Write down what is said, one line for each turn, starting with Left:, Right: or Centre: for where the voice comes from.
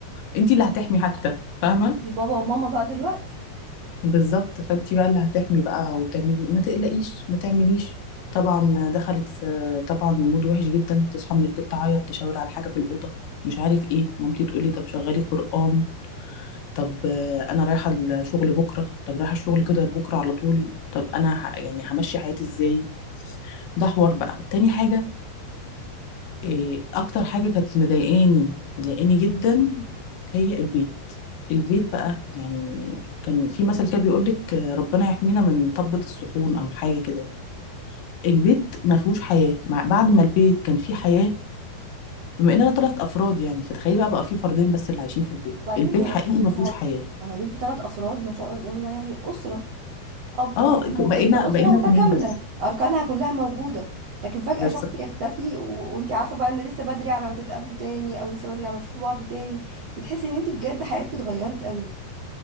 Left: انتي اللي هتحمي حتى فاهمة
Right: دي بابا وماما بقى دلوقتي
Left: بالظبط فانت بقى اللي هتحمي بقى وتعملي ما تقلقيش ما تعمليش طبعا دخلت في طبعا مود وحش جدا تصحى من البيت تعيط تشاور على حاجه في الاوضه مش عارف ايه مامتي تقول لي طب شغلي قران طب آه، انا رايحه الشغل بكره طب رايحه الشغل كده بكره على طول طب انا ه... يعني همشي حياتي ازاي ده حوار بقى تاني حاجه إيه اكتر حاجه كانت مضايقاني مضايقاني جدا هي البيت البيت بقى يعني كان في مثل كده بيقولك آه، ربنا يحمينا من طبة الصحون او حاجه كده يعني البيت ما فيهوش حياه مع بعد ما البيت كان فيه حياه بما اننا ثلاث افراد يعني فتخيلي بقى بقى في فردين بس اللي عايشين في البيت
Right: بعدين
Left: البيت
Right: يعني
Left: حقيقي ما فيهوش
Right: ما هو
Left: حياه
Right: ما هو يا بنتي ثلاث افراد ما شاء الله يلا يعني اسره اب
Left: اه
Right: وام وطفل
Left: بقينا
Right: اسره
Left: بقينا
Right: متكامله
Left: اتنين بس
Right: اركانها كلها موجوده لكن فجاه
Left: بالظبط
Right: شخص يختفي و... وانت عارفه بقى ان لسه بدري على ما تتقابلوا تاني او لسه بدري على ما تشوفوا بعض تاني بتحسي ان انت بجد حياتك اتغيرت قوي